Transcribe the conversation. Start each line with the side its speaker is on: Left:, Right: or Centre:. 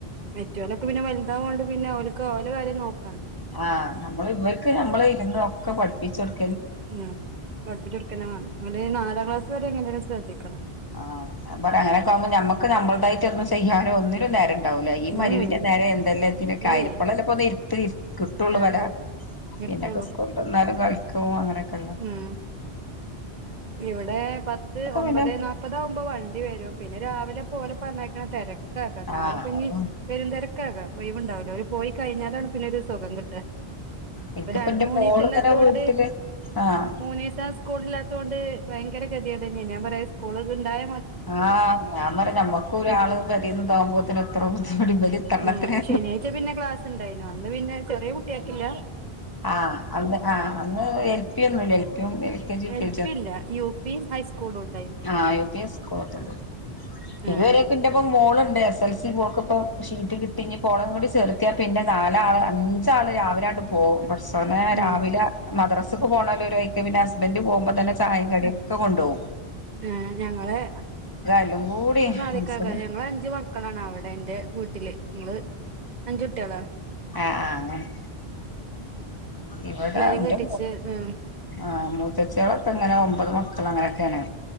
Right: മറ്റവലൊക്കെ പിന്നെ വലുതാവോണ്ട് പിന്നെ ഓല്ക് ഓല കാര്യം നോക്ക
Left: ആഹ് നമ്മൾ ഇവർക്ക് നമ്മള് ഇരുന്ന ഒക്കെ പഠിപ്പിച്ച കൊടുക്ക
Right: ഉം പഠിപ്പികൊടുക്കനെ വേണം അ നാലാം ക്ലാസ് വരെ എങ്ങനെയും ശ്രദ്ധിക്കണം.
Left: ആഹ് ഞാപറയാ അങ്ങനൊക്കെകുമ്പോ
Right: ഉം
Left: ഞമ്മക്ക് നമ്മളതായിട്ട് ഒും ചെയ്യാനോ ഒന്നിനും നേരം ഉണ്ടാവൂല ഈ
Right: ഉം
Left: മരിവി നേരെ എന്തെല്ലേത്തി
Right: ഇല്ലേ
Left: കായലപ്പളല്ലെ പോ ഇരുത്ത് കിട്ടുള്ളൂ
Right: ആഹ്
Left: പെര
Right: കിട്ടുള്ളൂ
Left: പിന്നക്കെ സ്കൂള്ട്ടന്നാലും കളിക്കു അങ്ങനെയൊക്കെല്ലെ
Right: ഉം ഇവിടെ പത്ത് ഒമ്പത്
Left: പിന്നെ
Right: നാപത് ആവും ഇപ്പൊ വണ്ടി വരും പിന്നെ രാവിലെ പോലെ പറഞ്ഞയക്കണ തിരക്കക്കെ നാളെപ്പനി
Left: ആഹ് ഉം
Right: വരും തിര ക്കതാ ഓയ്വുണ്ടാവൂല ഓരു പോയി കഴിഞ്ഞാലാണ് പിന്നെ ഒരു സുഖംകിട്ട
Left: എനിക്കിപ്പ
Right: ഇപ്പൊ ര
Left: എന്റെ
Right: മൂന്ന
Left: മോള്
Right: ദിവസം ഇല്ലാതോണ്ട്.
Left: ഇങ്ങനെ വീട്ടില് ആഹ്
Right: മൂന്നീസം സ്കൂളില്ലാതോണ്ട് ഭയങ്കര ഗതികേടെൻ ഞാൻ പറയാ സ്കൂള്ണ്ടായ.
Left: ആഹ് ഞാൻ പറ നമ്മക്കും ഒരാള് പേരിൽണ്ടകുമ്പോ എത്ര ബുദ്ധിമുട്ടാ ഇതാരാണ്ണത്തിനെ.
Right: ഉം ശനിയാഴ്ച പിന്നെ ക്ലാസ് ഉണ്ടായിനു അന്ന് പിന്നെ ചെറിയ കുട്ടിയെക്കില്ല.
Left: ആഹ് അന്ന് ആ് അന്ന് എൽപിയ ഒന്നുംല്ല എൽപിയും എൽ കെ ജി ഒക്കെ
Right: എൽ ഇല്ല യു പീമ് ഹൈസ്കൂളും ഉണ്ടായിനു
Left: ആ യു പി സ്കളുണ്ട്
Right: ഉം ഉം
Left: ഇവരെയൊക്കെ ഇന്റപ്പ മോളുണ്ട് എസ് എൽ സി പോ പ്പ ഷീറ്റ് കിട്ടി ഞ്ഞിപോളേം കൂടി ചേർത്തിയാൽ പിന്നെ നാലാള് അഞ്ചാള് രാവിലാങ്ങട് പോകും. പടച്ചോനെ രാവിലെ
Right: ഉം
Left: മദ്രസക്ക് പോണ്ണോൽ ഒരു വൈക്ക് പിന്നെ ഹസ്ബന്റും പോകുമ്പോ തന്നെ ചായയും കടിയക്കെ കൊണ്ടോകും.
Right: ആഹ് ഞങ്ങള്-
Left: എല്ലും കൂടി
Right: മതിക്കാക്കാ
Left: മനസ്സിന്
Right: ഞങ്ങള് അഞ്ചു മക്കളാണ് അവിടെ എന്റെ വീട്ട നിങ്ങള് അഞ്ച് കുട്ടികളാണ്
Left: ആഹ ആഹ് അങ്ങനെ ഇവിടെ
Right: എല്ലാരിം
Left: എന്റെ
Right: കെട്ടിച്ച് ഉം
Left: ആ മൂത്തച്ചികളൊക്കെ ഇങ്ങനെ ഒമ്പത് മക്ക അങ്ങനെയൊക്കെയാണ്